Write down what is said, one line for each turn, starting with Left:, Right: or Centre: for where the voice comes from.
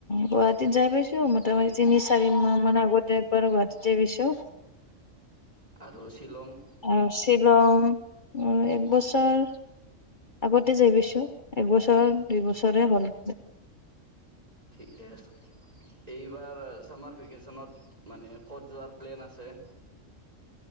Left: গুৱাহাটীত যাই পাইছোঁ মোটামুটি তিনি চাৰি মাহ মান আগতে একবাৰ গুৱাহাটীত যায় পাইছোঁ।
Right: আৰু শ্বিলং।
Left: আৰু শ্বিলং উ এক বছৰ। আগতে যায় পাইছোঁ একবছৰ দুই বছৰে হ'ল।
Right: ঠিকে এইবাৰ ছামাৰ ভেকেশ্যনত মানে ক'ত যোৱাৰ প্লেন আছে?